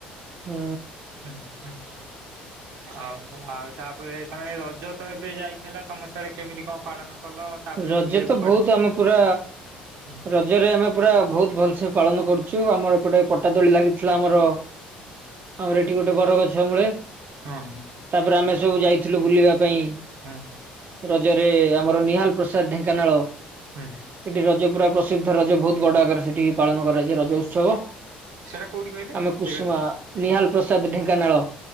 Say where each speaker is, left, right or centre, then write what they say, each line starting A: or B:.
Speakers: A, on the right; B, on the right.
A: ହୁଁ।
B: <unintelligible> ଓହୋ ଆଉ ତାପରେ ତମେ ରଜ ତ ଏବେ ଯାଇଥିଲା ତମ ସାଡେ ସେମିତି କଣ ପାଳନ କଲ? ତାପରେ
A: ରଜ
B: ବୁଲିବାକୁ
A: ତ
B: କୁଆଡେ
A: ବହୁତ ଆମେ ପୁରା
B: ହଁ
A: ର ଜରେ ଆମେ ପୁରା ବହୁତ ଭଲସେ ପାଳନ କରୁଛୁ ଆମର ଗୋଟେ ପଟାଦୋଳି ଲାଗିଥିଲା ଆମର ଆମର ଏଠି ଗୋଟେ ବର ଗଛ ମୂଳେ।
B: ହଁ
A: ତାପରେ ଆମେ ସବୁ ଯାଇଥିଲୁ ବୁଲିବା ପାଇଁ।
B: ହୁଁ।
A: ରଜରେ ଆମର ନିହାଲ ପ୍ରସାଦ ଢେଙ୍କାନାଳ
B: ହୁଁ
A: ସେଠି ର ଜ ପୁରା ପ୍ରସିଦ୍ଧ ରଜ ବହୁତ ବଡ ଆଗରେ ସେଠି ପାଳନ କରାଯାଏ ରଜ ଉତ୍ସବ।
B: ସେଟା କଉଠି କହିଲେ?
A: ଆମେ କୁସୁମା
B: ଜାଗାଟା
A: ନିହାଲ ପ୍ରସାଦ ଢେଙ୍କାନାଳ।